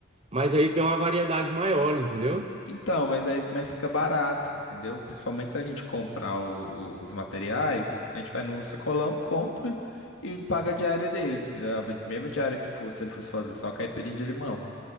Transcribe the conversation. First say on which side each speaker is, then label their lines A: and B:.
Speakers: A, on the right; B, on the left.
A: mas aí tem uma variedade maior, entendeu?
B: Então, mas aí mas fica barato, entendeu? Principalmente se a gente comprar o- o- os materiais, a gente vai no sacolão, compra e paga a diária dele, entendeu? A mesma diária que fosse, se ele fosse fazer só caipirinha de limão.